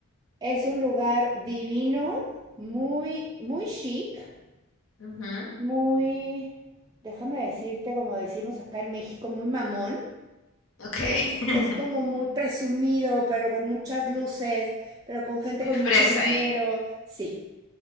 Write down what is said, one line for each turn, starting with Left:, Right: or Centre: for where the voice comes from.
Right: es un lugar divino, muy, muy chic,
Left: Ujú,
Right: muy, déjame decirte, como decimos acá en México, muy mamón.
Left: Ok, <laughs>
Right: Es como muy presumido, pero con muchas luces, pero con gente
Left: muy
Right: con
Left: fresa
Right: mucho dinero.
Left: ahí.
Right: Sí,